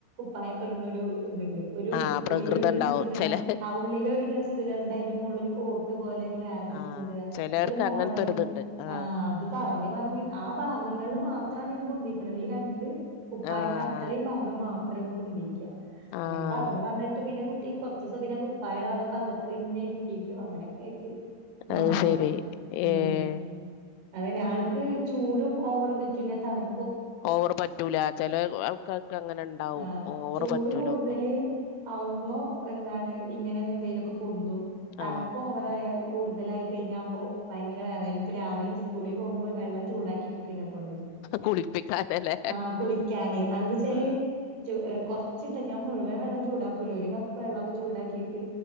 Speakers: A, on the right (about 80°); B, on the left (about 85°).
A: പായക്കെട്ന്നൊരു ഇതുണ്ട്. ഒരു
B: ആഹ്
A: ഉള്ളിലൊരു
B: പ്രകൃതണ്ടാവും
A: ഡ്രസ്സ് ഇട
B: ചെല
A: ആ ഉള്ളിലൊ രു ഡ്രസ്സ് ഇട ന്ന്ട്ട് അയ്ന്റെ മോള്ള് ഒരു കോ പോലെ ഒരു വേറെ ഡ്രസ്സ്
B: ആഹ്
A: ഇട
B: ചെലർക്ക്
A: ക്കഒരു മോഡലും
B: അങ്ങനത്തൊരിതുണ്ട് ആഹ്
A: ആ അത് പറഞ്ഞ് പറഞ്ഞ് ആ ഭാഗങ്ങള് മാത്രണ് ഇത് പൊന്തിക്ക്ണ് ഈ രണ്ട് കുപ്പായിടട്ടാ
B: ആഹ്
A: അത്രയും ഭാഗം മാത്രഇത് പൊന്തിക.
B: ആഹ്
A: അങ്ങനെ പറഞ് പറഞ്ഞിട്ട് പിന്നെ കുട്ടി കൊറച്ച് ദീസൊക്കേ പ്പായിടാതെ അകത്തന്നെ ഇരുത്തിയിട്ട് അങ്ങനൊക്കെ ആയിട്ട്. മാറി
B: അത് ശരി
A: ഉം.
B: ഏഹ്
A: അതന്നെ ആൾക്ക് ചൂടും ഓവറ് പറ്റൂല തണു
B: ഓവർ പറ്റൂല ചല ആൾക്കാർക്ക് അങ്ങനെ ഇണ്ടാവും
A: ആഹ്
B: ഓവർ
A: ചൂട്
B: പറ്റൂല
A: കൂടുതല്
B: ഒന്നും
A: ആവുമ്പോ എന്താണ് ഇങ്ങനെ എന്തെലൊക്കെ പൊന്തും തണുപ്പോ
B: ആഹ്
A: വറായ കൂടുതലായി കഴിഞ്ഞാ അപ്പോ ഭയങ്കര വെറയല് ഇപ്പ രാവിലേ സ്കൂളി പോ ബോ വെള്ളം ചൂടാക്കിപ്പി പിന്ന കൊണ്ട്
B: കുളിപ്പിക്കാനല്ലേ
A: ആഹ് കുളിക്കാന് എന്ത വച്ചാല്
B: ആഹ്
A: ച കുറച്ചിട്ട ഞാൻ മുഴുവൻ വെള്ളം ചൂടാക്കൂല്ല ഒരു കപ്പ് വെള്ളക്കെ ചൂടാക്കിയിട്ട്.